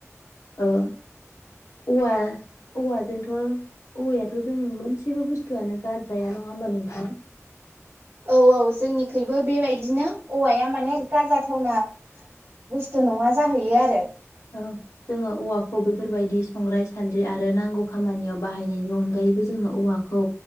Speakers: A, on the left; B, on the right.
A: ओ औवा औवाजोंथ' औवायाथ' जों मोनसेबो बुस्थुआनो गारजाया नङा होमबा नोंथां।
B: औ औ जोंनि खै बो बेबायदिनो औवाया माने गारजाथावना बुस्थु नङा जाहैयो आरो।
A: ओ जोङो औवाखौ बेफोरबायदि संग्राय सान्द्रि आरो नांगौ खामानियाव बाहायनायनि अनगायैबो जोङो औवाखौ